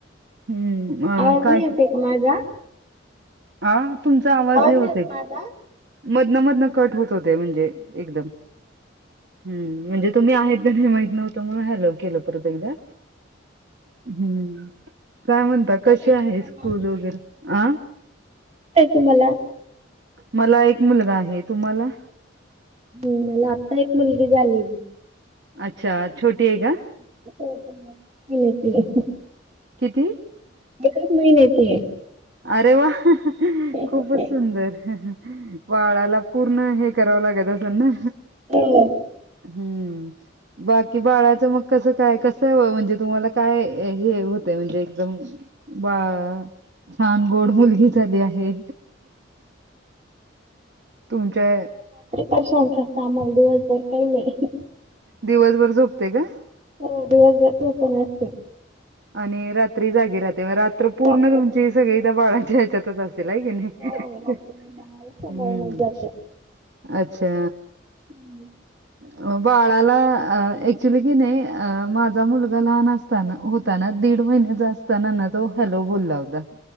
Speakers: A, on the right (about 60°); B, on the right (about 35°).
A: हम्म
B: आवाज
A: काय
B: नाही येत का माझा
A: ह तुमचा आवाज हे
B: नाही
A: होत
B: येत माझा?
A: मधन मधनं कट होत होते म्हणजे एकदम हम्म म्हणजे तुम्ही आहेत का नाही माहित नव्हत हॅलो केल परत एकदा काय म्हण आता
B: काय
A: कशी आहे
B: तुम्हाला?
A: स्कूल वगैरे ह
B: तुम्हाला
A: मला एक मुलगा आहे तुम्हाला
B: हम् मला आत्ता एक मुलगी झाली
A: अच्छा छोटी आहे का?
B: तोड ह ति
A: किती?
B: एकच महिन्याची आहे.
A: अरे वा
B: आहे.
A: खूपच सुंदर वाळाला. पूर्ण हे करावं लागत असल ना.
B: हो हो.
A: हम्म. बाकी बाळाच मग कसं काय कस म्हणजे तुम्हाला काय हे होतंय म्हणजे एकदम बा छान गोड मुलगी झाली आहे. तुमच्या?
B: प शांत सामल दिवसभर काहीले
A: दिवसभर झोपते का?
B: हो दिवसभर ओपन असते.
A: आणि रात्री जागी राहते मग रात्र पूर्ण
B: रात्री
A: तुमची सगळी त्या बाळाच्या ह्याच्यातच असेल आहे की नाही.
B: हो रात्री मी बाळाला सांभाळण्यात
A: हम्म
B: जाते.
A: अच्छा.
B: हम्म.
A: ह. बाळाला ऍक्च्युली कि नाही माझा मुलगा लहान असताना ता ना दीड महिन्याचा असतना ना तो हॅलो बोलला होता.